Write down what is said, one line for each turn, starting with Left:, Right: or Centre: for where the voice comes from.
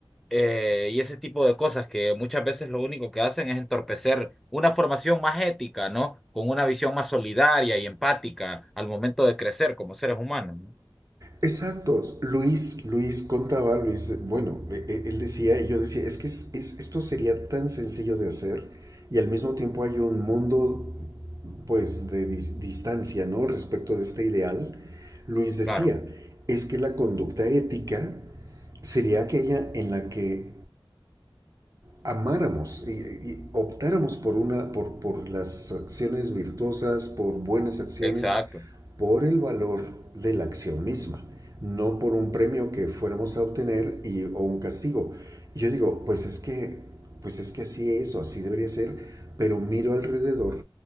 Centre: eh, y ese tipo de cosas que muchas veces lo único que hacen es entorpecer una formación más ética, ¿no? Con una visión más solidaria y empática al momento de crecer como seres humanos, ¿no?
Right: Exactos. Luis, Luis contaba, Luis, bueno, e- e- él decía, y yo decía, es que es- es- esto sería tan sencillo de hacer y al mismo tiempo hay un mundo, pues, de dis- distancia, ¿no? Respecto de este ideal. Luis decía,
Centre: Claro,
Right: es que la conducta ética sería aquella en la que amáramos y, y optáramos por una, por, por las acciones virtuosas, por buenas acciones,
Centre: exacto.
Right: por el valor de la acción misma, no por un premio que fuéramos a obtener y, o un castigo. Y yo digo, pues es que, pues es que así es o así debería ser, pero miro alrededor